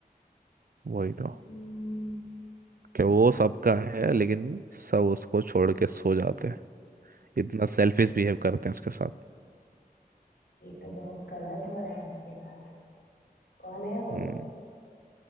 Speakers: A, on the right (about 65°); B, on the left (about 85°).
A: वही तो
B: हम्म,
A: कि वो सबका है लेकिन सब उसको छोड़ के सो जाते हैं इतना सेल्फिश बिहेव करते हैं उसके साथ
B: ये तो बहुत गलत हो रहा है उसके साथ कौन है वो
A: हम्म